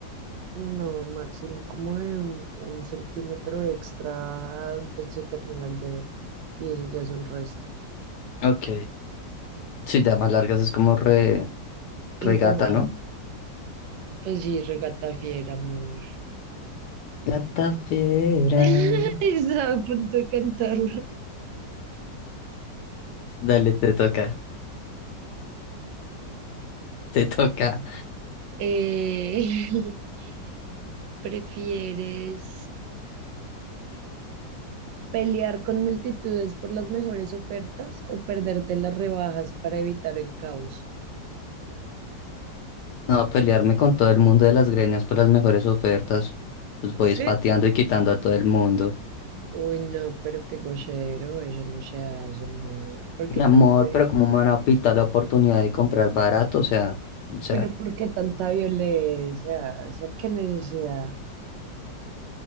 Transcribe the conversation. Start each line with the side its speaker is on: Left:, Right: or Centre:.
Right: No, máximo como de un, un centímetro extra a donde se termina el dedo. Y eso ya es un resto.
Left: Ok. Sí, ya más largas es como re, regata,
Right: Incómodo.
Left: ¿no?
Right: Pues sí, regata fiera, amor.
Left: Gata fiera.
Right: <laughs> Estaba a punto de cantarlo.
Left: Dale, te toca. Te toca.
Right: Eh, <laughs> ¿prefieres Pelear con multitudes por las mejores ofertas o perderte las rebajas para evitar el caos.
Left: No, a pelearme con todo el mundo de las greñas por las mejores ofertas. Los voy
Right: Sí,
Left: espateando y quitando a todo el mundo.
Right: Uy, no, pero qué gochero, eso no se hace, amor. ¿Por
Left: Mi
Right: qué tanta
Left: amor,
Right: violencia?
Left: pero ¿cómo me van a pitar la oportunidad de comprar barato? O sea, o sea,
Right: Pero ¿por qué tanta violencia? O sea, qué necesidad.